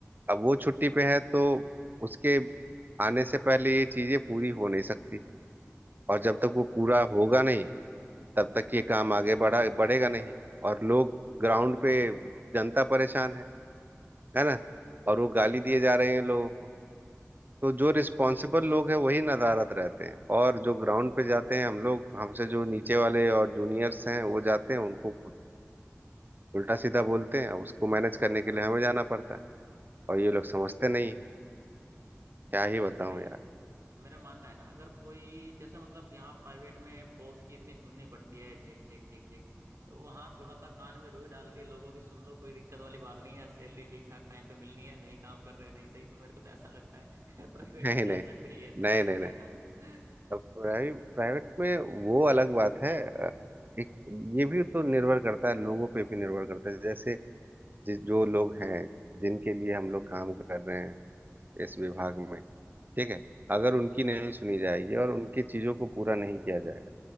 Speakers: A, on the right; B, on the right.
A: अब वो छुट्टी पे है तो उसके आने से पहले ये चीजें पूरी हो नहीं सकती और जब तक वो
B: बिल्कुल
A: पूरा होगा नहीं तब
B: हम्म
A: तक ये काम आगे बढ़ा बढ़ेगा नहीं और लोग ग्राउंड पे जनता परेशान है है
B: हम्म
A: ना और वो गाली दिए
B: बिल्कुल
A: जा रहे हैं लोगों को तो जो रिस्पॉन्सिबल लोग हैं वही नदारद रहते हैं और जो ग्राउंड पे जाते हैं हम लोग हमसे जो नीचे वाले और जूनियर्स हैं वो जाते हैं उनको कुछ उल्टा सीधा बोलते हैं उसको मैनेज करने के लिए हमें जाना पड़ता है
B: हम्म
A: और ये लोग समझते नहीं हैं। क्या
B: नहीं
A: ही
B: वैसे
A: बताऊं यार
B: मेरा मानना है ना अगर कोई जैसे मतलब यहाँ प्राइवेट में बॉस की इतनी सुननी पड़ती है झिक झिक झिक झिक तो वहाँ थोड़ा सा कान में रुई डाल के लोगों की सुन लो कोई दिक्कत वाली बात नहीं है सैलरी ठीक ठाक टाइम पे मिलनी है नहीं काम कर रहे नहीं सही तो मेरे को तो ऐसा लगता है <laughs> प्राइवेट
A: नहीं
B: में टेंशन
A: नहीं नहीं
B: फ्री है <laughs>
A: नहीं नहीं नहीं नहीं। अब प्राइवेट में वो अलग बात है अ, एक ये भी तो निर्भर करता है लोगों पे भी निर्भर करता है जैसे जि- जो लोग हैं जिनके लिए हम लोग काम कर रहे हैं इस
B: बिल्कुल
A: विभाग में ठीक है
B: हम्म
A: अगर उनकी नहीं सुनी जाएगी और उनकी चीजों को पूरा नहीं किया जाएगा